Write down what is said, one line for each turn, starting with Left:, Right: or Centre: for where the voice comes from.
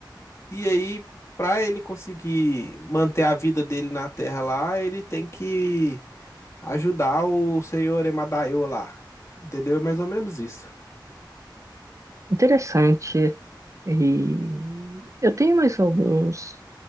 Left: e aí, para ele conseguir manter a vida dele na Terra lá, ele tem que ajudar o senhor Emadaio lá. Entendeu? É mais ou menos isso.
Right: Interessante. E eu tenho mais alguns